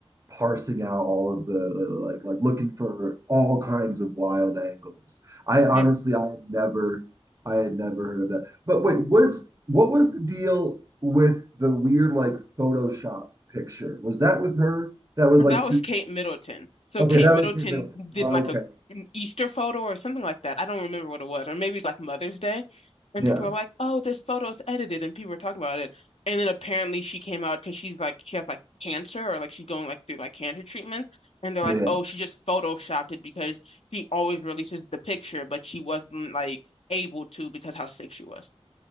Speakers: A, on the right; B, on the left.
A: parsing out all of the like like looking for all kinds of wild angles. I honestly
B: Yeah.
A: I had never I had never heard of that. But wait, was what was the deal with the weird like Photoshop picture? Was that with her? That was
B: And
A: like
B: that
A: two.
B: was Kate Middleton. So
A: Okay,
B: Kate
A: that
B: Middleton
A: was Kate Middleton.
B: did
A: Okay.
B: like a an Easter photo or something like that. I don't remember what it was, or maybe like Mother's Day. And
A: Yeah.
B: people were like, "Oh, this photo's edited," and people were talking about it. And then apparently she came out because she's like she has like cancer or like she's going like through like cancer treatment. And they're
A: Yeah.
B: like, "Oh, she just photoshopped it because she always releases the picture, but she wasn't like able to because how sick she was."